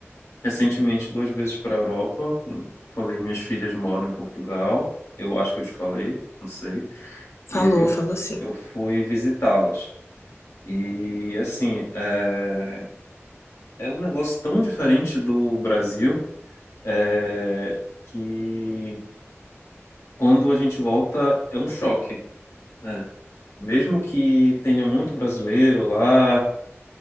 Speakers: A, on the left (about 85°); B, on the left (about 65°).
A: recentemente duas vezes para a Europa, como falei, minhas filhas moram em Portugal, eu acho que eu te falei, não sei, e
B: Falou,
A: aí eu,
B: falou sim.
A: eu fui visitá-las. E assim, é, é um negócio tão diferente do Brasil, é, que quando a gente volta é um choque, né? Mesmo que tenha muito brasileiro lá,